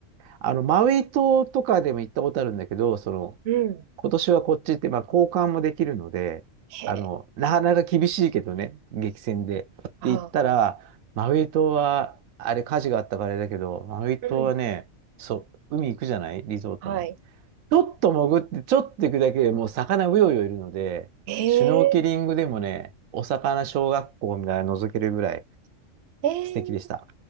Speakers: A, on the right; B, on the right.
A: あの、マウイ島とかでも行ったことあるんだけど、その、
B: うん。
A: 今年はこっちって、まあ、交換もできるので、
B: へえ。
A: あの、なかなか厳しいけどね、激戦で。
B: ああ、
A: で、行ったら、マウイ島は、あれ火事があったからあれだけど、マウイ島はね、
B: うん。
A: そう、海行くじゃないリゾートの。
B: はい。
A: ちょっと潜って、ちょっと行くだけでもう魚うようよいるので、
B: へ
A: シュノーケリングでもね、
B: え。
A: お魚小学校みたいなの覗けるぐらい
B: へえ。
A: 素敵でした。